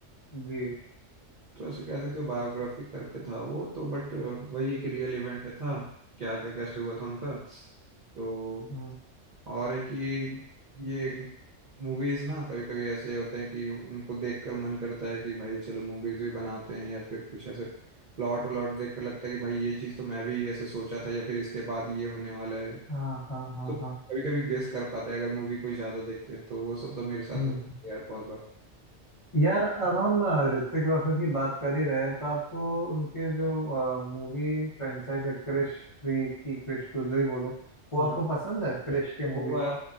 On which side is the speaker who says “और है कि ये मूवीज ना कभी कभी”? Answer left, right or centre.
Right